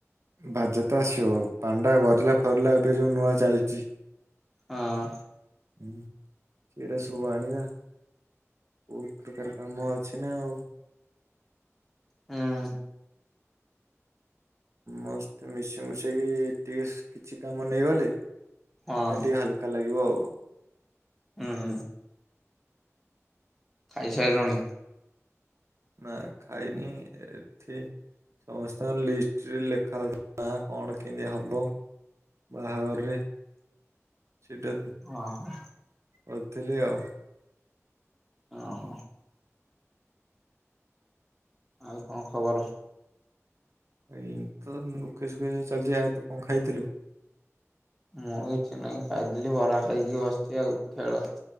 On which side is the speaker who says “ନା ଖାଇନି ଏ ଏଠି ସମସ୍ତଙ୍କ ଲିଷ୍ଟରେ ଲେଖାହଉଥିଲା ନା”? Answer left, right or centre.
Right